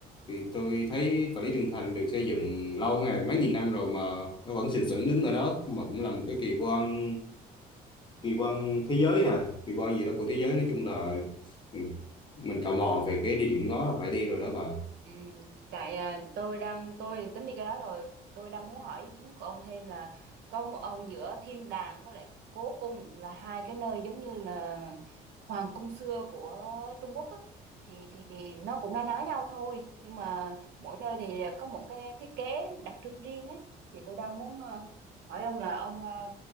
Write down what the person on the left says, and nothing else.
thì tôi thấy Vạn Lý Trường Thành được xây dựng lâu ngày, mấy nghìn năm rồi mà nó vẫn sừng sững đứng ở đó, mà cũng là một cái kỳ quan kỳ quan thế giới à, kỳ quan gì đó của thế giới nói chung là ừ, mình tò mò về cái địa điểm đó là phải đi rồi đó bà.